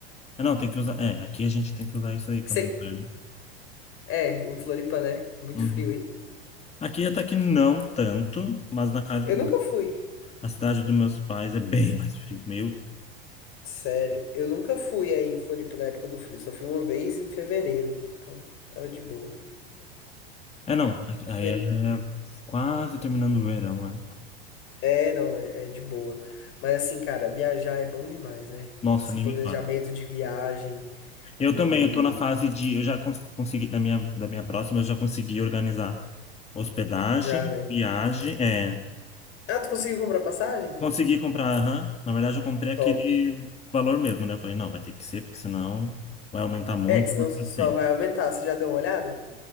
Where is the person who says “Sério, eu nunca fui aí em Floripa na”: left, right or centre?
Left